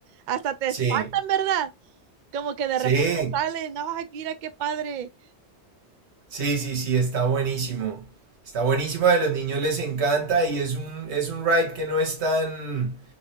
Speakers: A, on the right; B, on the right.
A: Hasta te
B: Sí,
A: Sí. espantan, ¿verdad? Como que de
B: sí,
A: repente salen. no mira qué padre.
B: sí, sí, sí, está buenísimo. Está buenísimo, a los niños les encanta y es un, es un ride que no es tan,